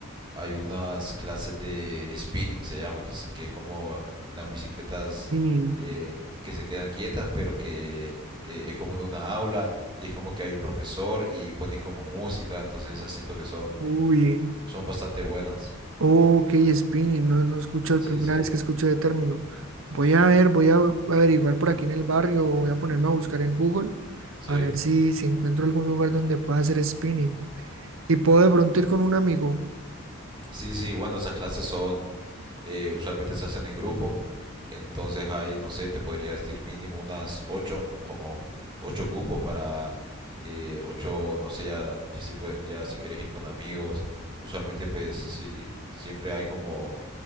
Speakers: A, on the right; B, on the right.
A: hay unas clases de spinning, se llama, que es, que es como las bicicletas
B: menino.
A: eh, que se quedan quietas, pero que eh, es como en una aula y es como que hay un profesor y ponen como música, entonces esas siento que son,
B: Uy,
A: son bastante buenas.
B: Ok, spinning, no, no escucho, es
A: Sí,
B: primera
A: sí,
B: vez que escucho de término. Voy a ver, voy a averiguar por aquí en el barrio, voy a ponerme a buscar en Google,
A: sí.
B: a ver si, si encuentro algún lugar donde pueda hacer spinning. Y puedo de pronto ir con un amigo.
A: Sí, sí, bueno, esas clases son, eh, usualmente se hacen en grupo. Entonces hay, no sé, te podría decir mínimo unas 8 como 8 cupos para eh, 8, no sé, ya, ya, si puede- ya si quieres ir con amigos. Usualmente pues si siempre hay como